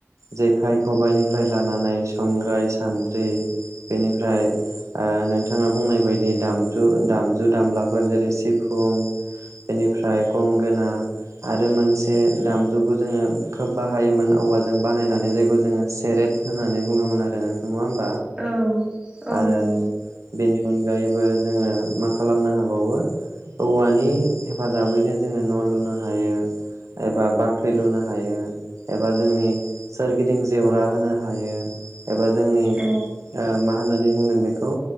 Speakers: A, on the right (about 85°); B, on the right (about 15°).
A: जेखाइ, खबाइनिफ्राय लानानै संग्राय, सान्द्रि बेनिफ्राय ओ नोंथाङा बुंनाय बायदि दामजु दामजु दामलाफोर जेरै सि फुं बेनिफ्राय गंगोना आरो मोनसे दामजुखौ दोङो खोब बाहायोमोन औवाजों बानायनानै जायखौ जोङो सेरेट होननानै बुङोमोन आरो नोंथां नङा होमबा?
B: औ औ
A: आरो
B: नंगौ
A: बेनि अनगायैबो जोङो मा खालामनो हाबावो औवानि हेफाजाबैनो जोङो न' लुनो हायो। एबा बाख्रि लुनो हायो। एबा जोंनि सोरगिदिं जेवरा होनो हायो एबा जोंनि
B: औ
A: ओ मा होननानै बुंगोन बेखौ